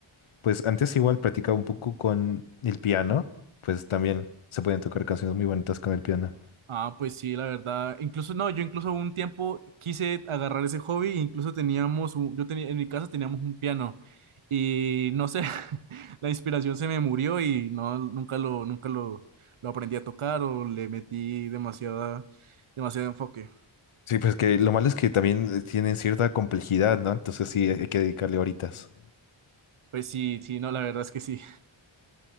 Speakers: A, on the left; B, on the right.
A: Pues antes igual practicaba un poco con el piano, pues también se pueden tocar canciones muy bonitas con el piano.
B: Ah, pues sí, la verdad. Incluso, no, yo incluso un tiempo quise agarrar ese hobby, incluso teníamos, un- yo tenía, en mi casa teníamos un piano y no sé, <laughs> la inspiración se me murió y no, nunca lo, nunca lo, lo aprendí a tocar o le metí demasiada, demasiado enfoque.
A: Sí, pues que lo malo es que también eh, tienen cierta complejidad, ¿no? Entonces sí, hay que dedicarle horitas.
B: Pues sí, sí, no, la verdad es que sí.